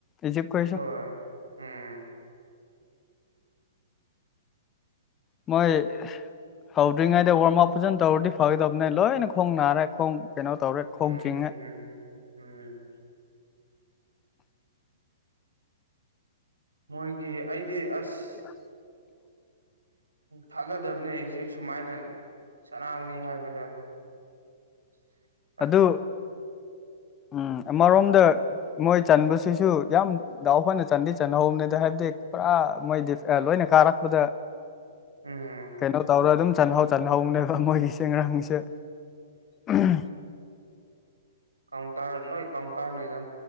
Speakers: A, on the left; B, on the right.
A: ꯏꯖꯤꯞ ꯀꯣꯏꯁ
B: ꯍꯣꯏ ꯎꯝ
A: ꯃꯣꯏ ꯍꯧꯗ꯭ꯔꯤꯉꯩꯗ ꯋꯥꯔꯝ ꯑꯞ ꯐꯖꯅ ꯇꯧꯔꯗꯤ ꯐꯒꯗꯕꯅꯦ ꯂꯣꯏꯅ ꯈꯣꯡ ꯅꯥꯔꯦ ꯈꯣꯡ ꯀꯩꯅꯣ ꯇꯧꯔꯦ
B: ꯎꯝ
A: ꯈꯣꯡ
B: ꯎꯝ
A: ꯆꯤꯡꯉꯦ
B: ꯎꯝ ꯃꯣꯏꯒꯤ ꯑꯩꯗꯤ ꯑꯁ
A: <inaudible>
B: ꯊꯥꯅꯗꯕꯅꯤ ꯑꯩꯁꯤꯦ ꯁꯨꯃꯥꯏꯅ ꯆꯅꯥꯒꯅꯤ ꯍꯥꯏꯕꯗꯣ <inaudible>
A: ꯑꯗꯨ ꯎꯝ ꯑꯃꯔꯣꯝꯗ ꯃꯣꯏ ꯆꯟꯕꯁꯤꯁꯨ ꯌꯥꯝ ꯗꯥꯎꯈꯣꯏꯅ ꯆꯟꯗꯤ ꯆꯟꯍꯧꯕꯅꯤꯗ ꯍꯥꯏꯕꯗꯤ ꯄꯨꯔꯥ ꯃꯣꯏꯗꯤ ꯂꯣꯏꯅ ꯀꯥꯔꯛꯄꯗ
B: ꯎꯝ
A: ꯀꯩꯅꯣ ꯇꯧꯔ ꯑꯗꯨꯝ ꯆꯥꯟꯍꯧ ꯆꯍꯧꯅꯦꯕ ꯃꯣꯏꯒꯤ ꯆꯦꯡꯔꯥꯡꯁꯦ ꯎꯝ
B: ꯀꯥꯎꯟꯇꯔ ꯂꯣꯏ ꯀꯥꯎꯟꯔꯗ